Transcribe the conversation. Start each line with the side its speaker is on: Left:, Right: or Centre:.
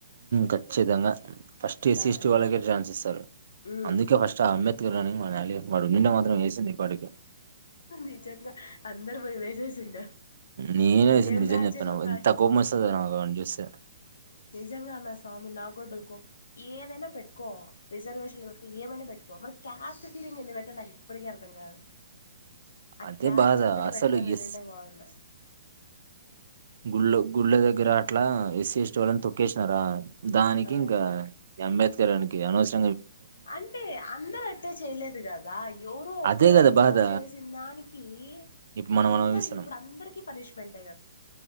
Right: ఖచ్చితంగా ఫస్ట్ ఎస్సీస్టి
Left: కాలస్
Right: వాళ్ళకే రాసి ఇస్తారు
Left: ఉమ్
Right: అందుకే ఫస్ట్ ఆ అమ్ ఇనింగ్ మనాలి య వాడు నిన్న మాత్రం వేసింది వాడికి
Left: నిజంగా అందరు పోయి వేసేసిండు
Right: నేనే వేసింది
Left: ఏం
Right: నిజం
Left: రాజ్యాంగం
Right: చెప్పాను ఎంత కోపం వస్త దోనాకు వాడిని చూస్తే
Left: నిజంగానా స్వామి నా గోడ బలే కోపం ఏదైనా పెట్టుకో రిజర్వేషన్లు పెట్టుకో ఏమైనా పెట్టుకో మరి కాస్ట్ ఫీలింగ్ ఏంది పెట్టండి నాకు ఇప్పటికీ అర్థం కాదు ఆ
Right: అదే
Left: క్యాస్ట్
Right: బాధ
Left: ఒకటి
Right: అసలు
Left: పెడతానుంటంటే
Right: ఎస్
Left: బాగుం
Right: గుళ్ళ గుళ్ల దగ్గర అట్లా ఎస్స్ స్టి వాళ్ళని తొక్కేసినారా దానికి
Left: ఆ
Right: ఇంకా అంబేద్కర్ అనికి ఇ అనోసరం
Left: అంటే అందరు అట్టే చేయలేదు కదా ఎవరో ఒకరో
Right: అదే కదా
Left: ఇద్దరు
Right: బాధ
Left: చేసిన దానికి
Right: ఇప్పుడు మనం
Left: అందరి
Right: అనుభవిస్తున్నాం
Left: ఇప్పుడు అందరికి పనిష్మెంట్